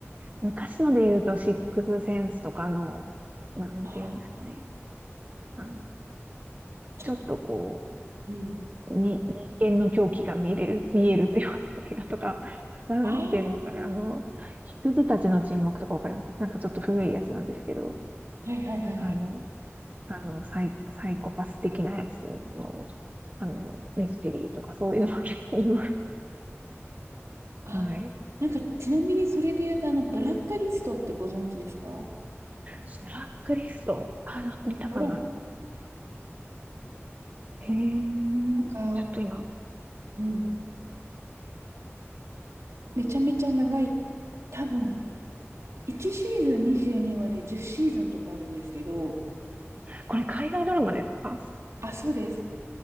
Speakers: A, on the right; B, on the right.
A: 昔ので言うと、シックスセンスとかの、なんていうんですかね。
B: ああ、
A: あの、
B: ちょっと、
A: ちょっとこ
B: うん。
A: う、に、人間の狂気が見れる、見えるような映画とか、な、
B: ああ。
A: なんていうんですかね。あの、羊たちの沈黙とかわかりますなんかちょっと古いやつなんですけど、
B: はいはいはいはい。
A: あの、あの、サイ、サイコパス的なやつの、あの、ミステリーとかそういうのも結構今、
B: あ、
A: はい。
B: なんか、ちなみにそれで言うと、あの、ブラックリストってご存知ですか
A: ブトラックリスト。あ、なんか見たかな。
B: ほら、
A: へーちょっと今。
B: なんか、うん。めちゃめちゃ長い。多分、1シーズン22話で10シーズンとかあるんですけど、
A: これ海外ドラマですか
B: あ、そうです。